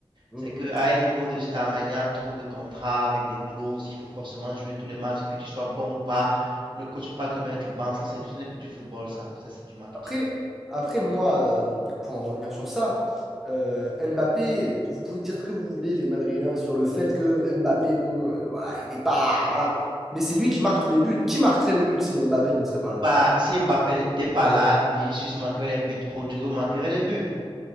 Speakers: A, in the centre; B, on the right (about 50°).
A: Mhm.
B: C'est qu'à un niveau de Starmania, trop de contrats avec des clauses, il faut forcément jouer tous les matchs, que tu sois bon ou pas. Le coach peut pas te mettre au banc. Ça, c'est- ce n'est plus du football, ça. Ça, c'est du marketing.
A: Après, après moi, euh, pour en revenir sur ça, euh, Mbappé, vous pouvez dire ce que vous voulez, les Madrilènes, sur le fait que Mbappé, bon, euh, voilà, il n'est pas. Voilà. Mais c'est lui qui marque tous les buts. Qui marquerait les buts si Mbappé ne serait pas là?
B: Bah, si Mbappé n'était pas là, Vinicius marquerait les buts, Rodrigo marquerait les buts.